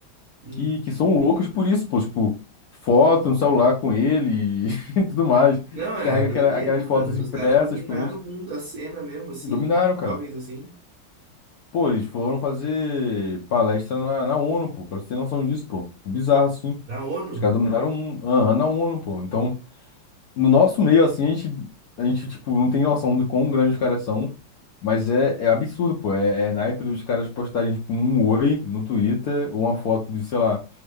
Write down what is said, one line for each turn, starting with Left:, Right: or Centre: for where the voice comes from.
Right: hum.
Left: que, que são loucas por isso, pô, tipo, foto no celular com ele <laughs> e tudo mais.
Right: Não, é
Left: Carrega
Right: doideira,
Left: aquela- aquelas
Right: mano.
Left: fotos impressas
Right: Os caras dominaram
Left: com eles.
Right: o mundo, a cena mesmo assim,
Left: Dominaram,
Right: os
Left: cara.
Right: jovens assim,
Left: Pô, eles foram fazer palestra na, na ONU, pô, pra você ter noção disso, pô. Bizarro, assim.
Right: na ONU.
Left: Os caras dominaram o mundo. Aham, na ONU, pô. Então, no nosso meio, assim, a gente, a gente, tipo, não tem noção do quão grandes os caras são. Mas é, é absurdo, pô. É, é naipe dos caras postarem, tipo, um oi no Twitter ou uma foto de, sei lá.